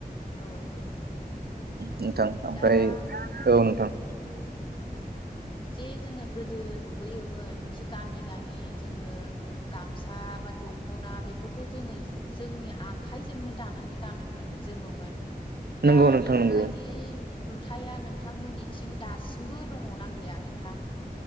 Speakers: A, on the left (about 30°); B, on the right (about 85°).
A: औ
B: नोंथां ओमफ्राय
A: दा
B: औ नोंथां
A: जे जोङो गोदो नुबोयोमोन खि गामि - गामि जोङो गामसा बा दखना बेफोरखौ जोङो जोंनि आखाइजोंनो दानानै गानोमोन। जोमोमोन
B: नंगौ
A: दा
B: नोंथां
A: बेफोरबायदि
B: नंगौ
A: नुथाया नोंथांमोननिथिं दासिमबो दङना गैया नोंथां?